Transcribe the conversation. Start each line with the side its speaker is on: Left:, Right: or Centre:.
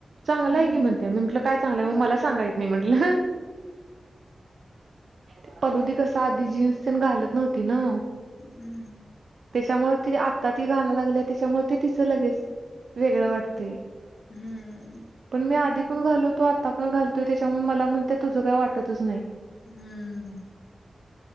Right: चांगलं
Left: हम्म
Right: आहे की म्हणत मी म्हटल काय चांगलंय
Left: हम्म
Right: मग मला सांगायत नाही म्हंटलं ते परहदी कस आधी जीन्स पण घालत नव्हती ना
Left: हम्म
Right: त्याच्यामुळे ति आता ती घायला लागली त्याच्यामुळे ते तिचं लगेच वेगळं वाटतंय
Left: हम्म
Right: पण मी आधी ण घालतो आता पण घालतोय त्याच्या मला म्हणते तुझं काय वाटतच नाही
Left: हम्म